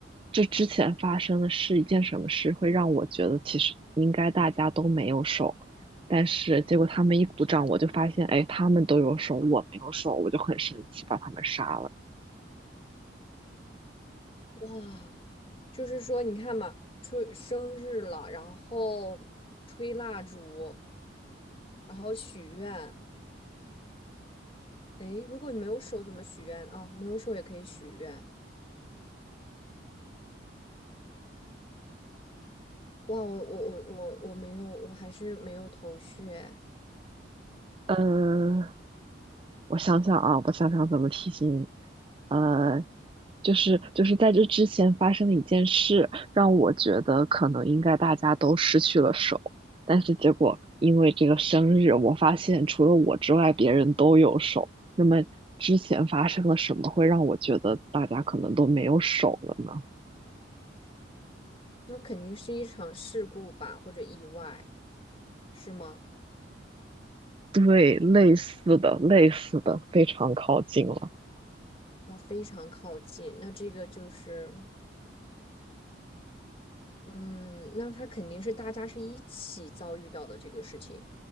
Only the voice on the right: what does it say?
这之前发生的是一件什么事，会让我觉得其实应该大家都没有手，但是结果他们一鼓掌，我就发现，哎，他们都有手，我没有手，我就很生气，把他们杀了。
呃，我想想啊，我想想怎么提醒你。呃，就是就是在这之前发生了一件事，让我觉得可能应该大家都失去了手，但是结果因为这个生日，我发现除了我之外，别人都有手。那么之前发生了什么会让我觉得大家可能都没有手了呢？
对，类似的，类似的，非常靠近了。